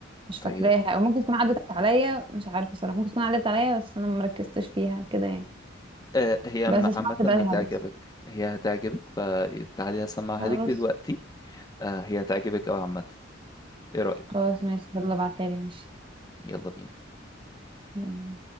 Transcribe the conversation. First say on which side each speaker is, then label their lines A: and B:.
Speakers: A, on the right (about 25°); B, on the left (about 20°).
A: مش فاكراها
B: طيب
A: او ممكن تكون عدت عليا مش عارفة صراحة ممكن تكون عدت عليا بس انا مركزتش فيها كده يعني
B: آه، هي عم-
A: بس سمعت
B: عامة
A: بقى
B: هتعجبك
A: هابت
B: هي هتعجبك فتعالي أسمعها
A: خلاص
B: لك دلوقتي آه، هي هتعجبك أوي عامة إيه رأيك؟
A: خلاص ماشي يلا ابعتها لي ماشي
B: يلا بينا
A: يلا.